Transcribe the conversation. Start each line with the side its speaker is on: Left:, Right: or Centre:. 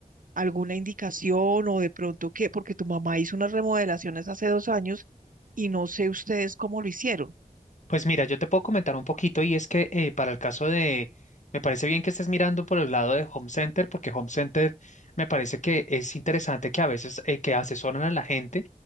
Right: alguna indicación o de pronto qué, porque tu mamá hizo unas remodelaciones hace dos años y no sé ustedes cómo lo hicieron.
Left: Pues mira, yo te puedo comentar un poquito y es que eh, para el caso de, me parece bien que estés mirando por el lado de Home Center, porque Home Center me parece que es interesante que a veces eh, que asesoran a la gente